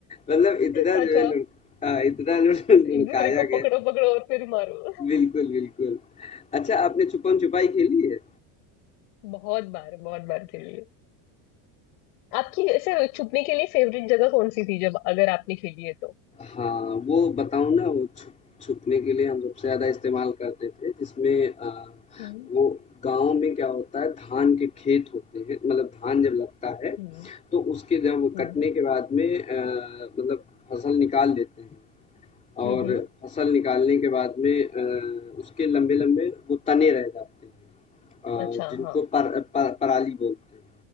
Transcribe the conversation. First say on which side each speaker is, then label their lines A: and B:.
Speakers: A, on the left (about 15°); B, on the left (about 80°).
A: मतलब इतना
B: अच्छा
A: जो है लुढ़ हाँ, इतना लुढ़- लुढ़काया
B: एक दूसरे को
A: गया
B: पकड़ो पकड़ो और फिर मारो
A: बिल्कुल बिल्कुल अच्छा आपने छुपन छुपाई खेली है
B: बहुत बार बहुत बार खेली है आपकी ऐसे छुपने के लिए फेवरेट जगह कौन सी थी जब अगर आपने खेली है तो
A: हाँ, वो बताऊँ ना वो छुप छुपने के लिए हम सबसे ज़्यादा इस्तेमाल करते थे जिसमें अ,
B: हम्म
A: वो गाँव में क्या होता है धान के खेत होते हैं मतलब धान जब लगता है,
B: हम्म
A: तो उसके जब वो
B: हम्म
A: कटने के बाद में अ, मतलब फसल निकाल लेते हैं। और
B: हम्म
A: फसल निकालने के बाद में अ, उसके लंबे-लंबे वो तने रह जाते हैं अ,
B: अच्छा
A: जिनको
B: हाँ
A: पर, पर पराली बोलते हैं